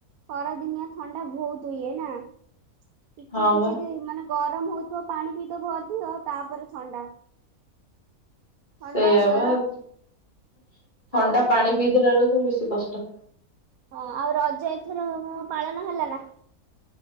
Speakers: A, on the right; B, on the left.
A: ଖରା ଦିନିଆ ଥଣ୍ଡା ବହୁତ ହୁଏ ନା କିଛି
B: ହଁ
A: କିଛି
B: ବା
A: ଦ ମାନେ ଗରମ ହଉଥିବ ପାଣି ପିଇଥବୁ ଅଧିକ ତାପରେ ଥଣ୍ଡା। ଥଣ୍ଡା
B: ସେଇଆ
A: ଜର
B: ବା ଥଣ୍ଡା
A: ଆଉ
B: ପାଣି ପିଇଦେଲା ବେଳକୁ ବେଶୀ କଷ୍ଟ।
A: ହଁ ଆଉ ରଜ ଏଥର ପାଳନ ହେଲା ନା।